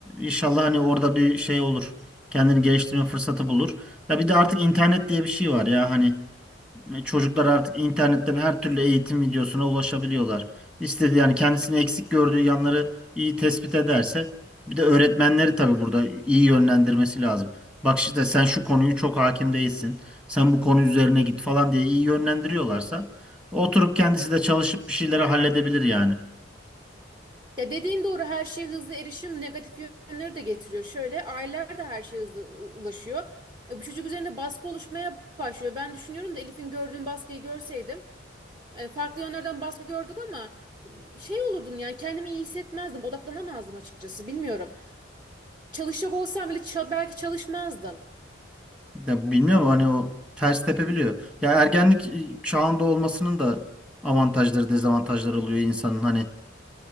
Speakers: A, in the centre; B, on the right.
A: inşallah hani orada bir şey olur. Kendini geliştirme fırsatı bulur. Ya bir de artık internet diye bir şey var ya hani e, Çocuklar artık internetten her türlü eğitim videosuna ulaşabiliyorlar. İstediği yani kendisini eksik gördüğü yanları iyi tespit ederse bir de öğretmenleri tabii burada iyi yönlendirmesi lazım. Bak işte sen şu konuyu çok hakim değilsin. Sen bu konu üzerine git falan diye iyi yönlendiriyorlarsa oturup kendisi de çalışıp bir şeyleri halledebilir yani.
B: Ya dediğin doğru her şeye hızlı erişim negatif yönleri de getiriyor. Şöyle aileler de her şeye hızlı u- ulaşıyor. E, bu çocuk üzerinde baskı oluşmaya başlıyor. Ben düşünüyorum da Elif'in gördüğüm baskıyı görseydim E, farklı yönlerden baskı gördük ama e, şey olurdum yani kendimi iyi hissetmezdim, odaklanamazdım açıkçası bilmiyorum. Çalışacak olsam bile ça- belki çalışmazdım.
A: Ya bilmiyorum hani o ters tepebiliyor. Ya ergenlik e, çağında olmasının da avantajları dezavantajları oluyor insanın hani